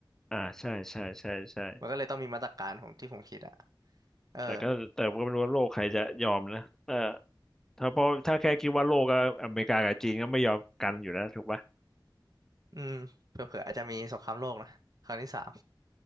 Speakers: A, in the centre; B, on the right.
A: อ่าใช่ใช่ใช่ใช่
B: มันก็เลยต้องมีมาตรการของที่ผมคิดอ่ะเออ
A: แต่ก็แต่ก็ไม่รู้ว่าโลกใครจะยอมนะเออถ้าพอถ้าแค่คิดว่าโลกก็อเมริกากับจีนก็ไม่ยอมกันอยู่แล้วถูกปะ
B: อืมเผื่อๆอาจจะมีสงครามโลกนะครั้งที่สาม